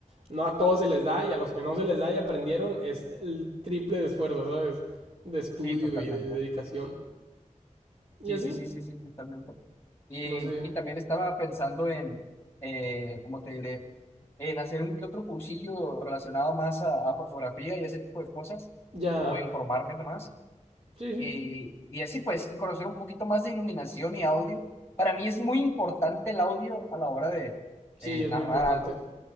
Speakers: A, on the right; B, on the left.
A: no a todos se les da y a los que no se les da y aprendieron es el triple de esfuerzo, ¿sabes? De estudio
B: sí, totalmente.
A: y de dedicación. Y
B: Sí,
A: así,
B: sí, sí, sí, sí, totalmente. Y,
A: no sé,
B: y también estaba pensando en, eh, como te diré, en hacer un que otro cursillo relacionado más a, a fotografía y ese tipo de cosas,
A: ya,
B: o informarme más.
A: sí, sí,
B: Y, y así pues, y conocer un poquito más de iluminación y audio. Para mí es muy importante el audio a la hora de
A: sí,
B: eh,
A: es
B: narrar
A: muy importante.
B: algo,